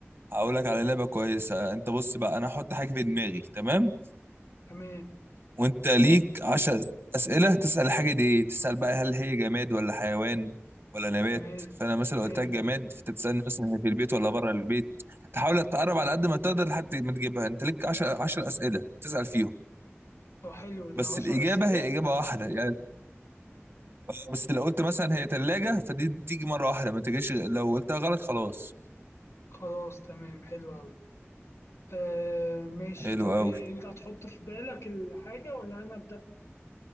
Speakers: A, on the right; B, on the left.
A: هقول لك على لعبه كويسه انت بص بقى انا هحط حاجه في دماغي تمام
B: تمام
A: وانت ليك عشر اسئله تسال الحاجه دي ايه تسال بقى هل هي جماد ولا حيوان ولا نبات
B: تمام
A: فانا مثلا
B: حلو
A: قلت لك جماد فانت تسالني مثلا هي في البيت ولا بره البيت تحاول تقرب على قد ما تقدر لحد ما تجيبها انت ليك 10 10 اسئله تسال فيهم
B: طب حلو ده
A: بس
B: عشر
A: الاجابه
B: أسئلة
A: هي اجابه واحده يعني آه، بس لو قلت مثلا هي ثلاجه فدي تيجي مره واحده ما تجيش لو قلتها غلط خلاص
B: خلاص تمام حلو أوي آه ماشي
A: حلو
B: طب إيه
A: قوي
B: أنت هتحط في بالك الحاجة ولا أنا أبدأ